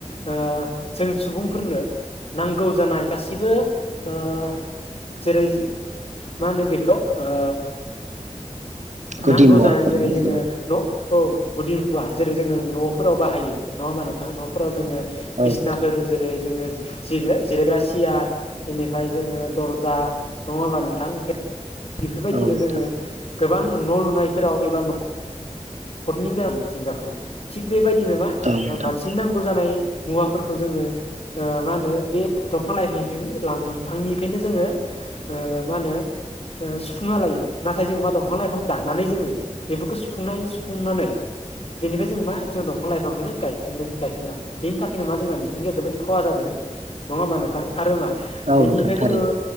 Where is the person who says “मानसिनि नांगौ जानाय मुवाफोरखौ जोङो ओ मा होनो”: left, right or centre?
Left